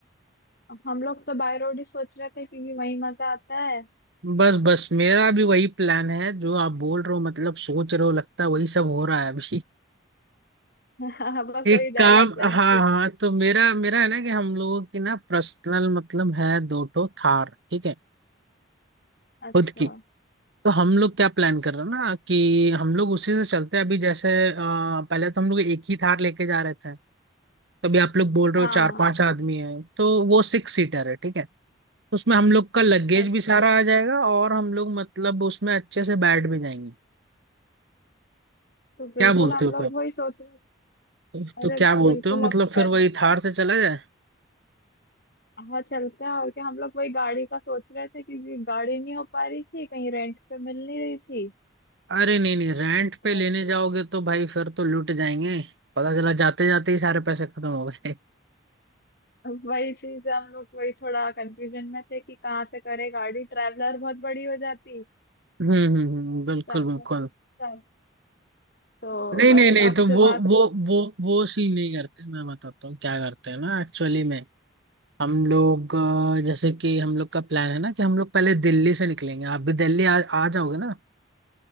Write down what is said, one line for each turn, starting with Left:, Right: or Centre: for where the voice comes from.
Left: हम लोग तो बाय रोड ही सोच रहे थे क्योंकि वही मजा आता है
Right: बस बस मेरा भी वही प्लान है जो आप बोल रहे हो मतलब सोच रहे हो लगता है वही सब हो रहा है अभी
Left: हाँ बस
Right: एक
Left: वही रहेगा
Right: काम
Left: प्लान
Right: हाँ
Left: ट्रिप
Right: हाँ तो मेरा मेरा है ना कि हम लोगों की ना पर्सनल मतलब है दो ठो थार ठीक है
Left: अच्छा
Right: खुद की तो हम लोग क्या प्लान कर रहे हैं ना कि हम लोग उसी से चलते हैं अभी जैसे अ, पहले तो हम लोग एक ही थार लेके जा रहे थे तो अभी आप लोग बोल रहे
Left: हाँ
Right: हो चार पांच आदमी हैं तो वो सिक्स सीटर है ठीक है तो उसमें हम लोग का लगेज
Left: अच्छा
Right: भी सारा आ जाएगा और हम लोग मतलब उसमें अच्छे से बैठ भी जाएंगे
Left: तो बिल्कुल
Right: क्या बोलते
Left: हम
Right: हो
Left: लोग
Right: फिर
Left: वही सोच रहे
Right: तो,
Left: अरे
Right: तो क्या बोलते
Left: बिल्कुल
Right: हो
Left: अब
Right: मतलब फिर
Left: कर
Right: वही
Left: लो
Right: थार से चला जाए
Left: हाँ चलते हैं और क्या हम लोग वही गाड़ी का सोच रहे थे क्योंकि गाड़ी नहीं हो पा रही थी कहीं रेंट पे मिल नहीं रही थी
Right: अरे नहीं नहीं रेंट पे
Left: तो
Right: लेने जाओगे तो भाई फिर तो लूट जाएंगे पता चला जाते जाते ही सारे पैसे खत्म हो गए <laughs>
Left: वही चीज है, हम लोग वही थोड़ा कंफ्यूजन में थे कि कहाँ से करें गाड़ी ट्रैवलर बहुत बड़ी हो जाती
Right: हम्म हम्म हम्म, बिल्कुल
Left: तो हम
Right: बिल्कुल
Left: लोग- चल तो
Right: नहीं
Left: बस
Right: नहीं नहीं
Left: आपसे
Right: तो वो
Left: बात हो
Right: वो वो वो सीन नहीं करते मैं बताता हूँ क्या करते हैं ना एक्चुअली में हम लोग अ, जैसे कि हम लोग का प्लान है ना कि हम लोग पहले दिल्ली से निकलेंगे आप भी दिल्ली आ, आ जाओगे ना